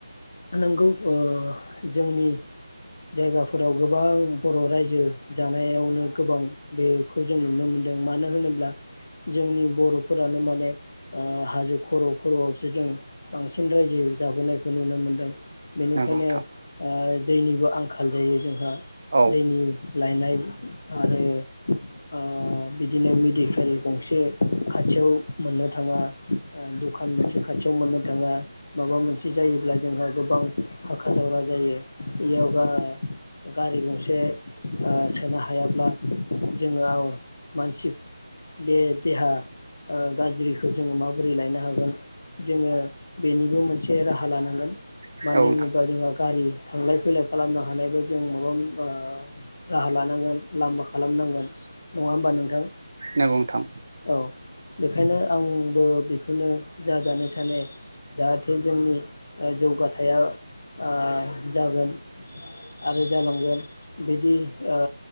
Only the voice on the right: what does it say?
नंगौ नोंथां
औ
औ
नोंथां
नंगौ नोंथां